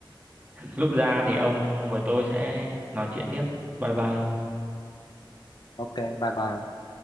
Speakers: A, on the right; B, on the left.
A: lúc ra thì ông với tôi sẽ nói chuyện tiếp bye bye ông
B: ok bye bye